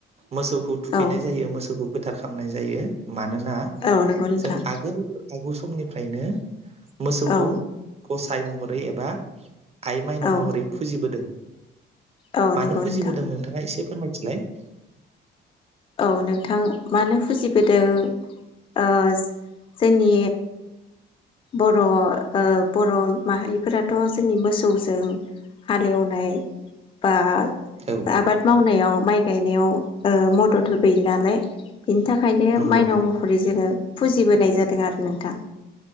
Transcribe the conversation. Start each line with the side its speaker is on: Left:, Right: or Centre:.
Right: मोसौखौ थुखैनाय
Left: औ
Right: जायो मोसौखौ फोथार खालामनाय जायो मानोना
Left: औ नंगौ नोंथां
Right: जों आगोल आगौ समनिफ्रायनो मोसौखौ
Left: औ
Right: गसाय महरै एबा आइ माइनाव
Left: औ
Right: महरै फुजिबोदों
Left: औ
Right: मानो
Left: नंगौ
Right: फुजिबोदों
Left: नोंथां
Right: नोंथाङा एसे फोरमायथिलाय
Left: अ नोंथां मानोफ फुजिबोदो ओ जोंनि बर' ओ बर' माहारिफोराथ' जोंनि मोसौजों हालेवनाय। बा
Right: औ
Left: आबाद मावनायाव माइ गायनायाव ओ मदद होफैयो नालाय बिनि थाखायनो
Right: नंगौ
Left: माइनाव
Right: नंगौ
Left: महरै जोङो फुजिबोनाय जादों। दों आरो नोंथां।